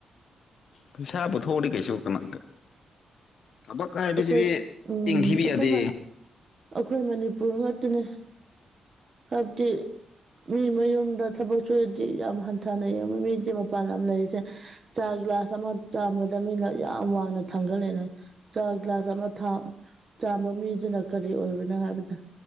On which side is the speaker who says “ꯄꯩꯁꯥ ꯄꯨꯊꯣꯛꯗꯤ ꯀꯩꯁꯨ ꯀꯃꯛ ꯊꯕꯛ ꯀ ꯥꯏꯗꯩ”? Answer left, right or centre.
Left